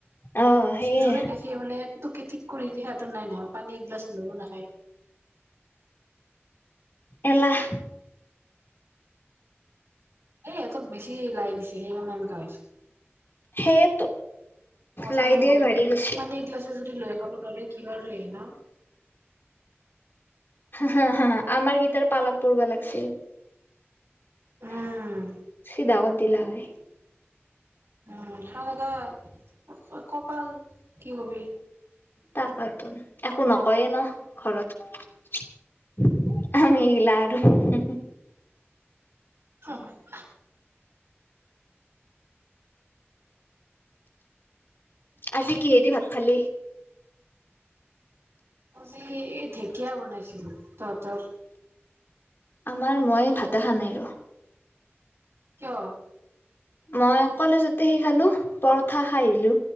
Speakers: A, on the left; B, on the right.
A: অ সেয়ে
B: যোনে দেখি মানে তোকে ঠিক কৰি সেইতো নাই নহয় পানী একগিলাছ। লাও নাখায়।
A: এলাহ।
B: এ এহঁতক বেছি লাই দিছে, সেই কাৰনে এনেকুৱা হৈছে,
A: সেয়েতো
B: কথাই
A: লাই
B: নুশুনে,
A: দিয়ে ভাৰি গৈছি
B: পানীগিলাচ। যদি লৈ খাব নোৱাৰে কিহৰ হেই ন?
A: হা হা আমাৰ কেইটাৰ পালত। পৰব লাগছিল। <unintelligible>
B: উম।
A: দিলা হয়,
B: উম। <unintelligible> কপাল, কি কবি।
A: তাকেতো, একো নকয়ে ন ঘৰত <unintelligible> <unintelligible> আমি লাৰো <unintelligible>
B: <unintelligible>
A: আজি কিহেদি ভাত খালি?
B: আজি ঢেকীয়া বনাইছিল, তহঁতৰ?
A: আমাৰ, মই ভাতে খা নাই ৰ।
B: কিয়?
A: মই কলেজতে হেৰি খালো পৰঠাখাই আহিলো